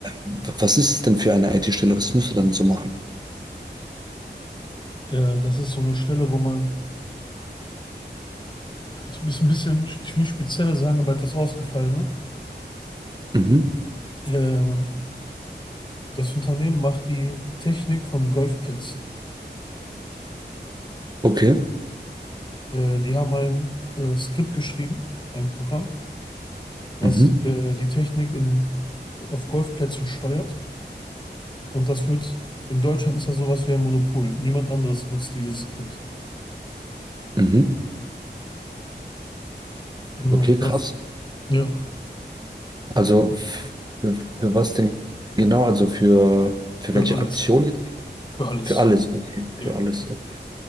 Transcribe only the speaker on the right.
W- Was ist es denn für eine IT-Stelle? Was müsst ihr dann so machen?
Mhm.
Okay.
Mhm.
Mhm.
Okay,
krass.
Also f- für, für was denn genau? Also für, für
welche
Aktion jetzt?
Für alles, okay.
Für alles, okay.